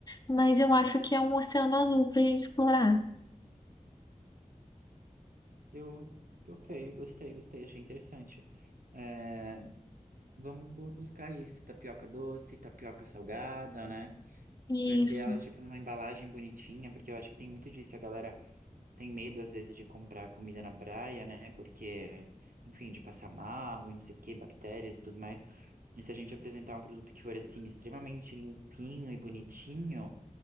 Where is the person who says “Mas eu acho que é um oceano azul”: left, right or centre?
Left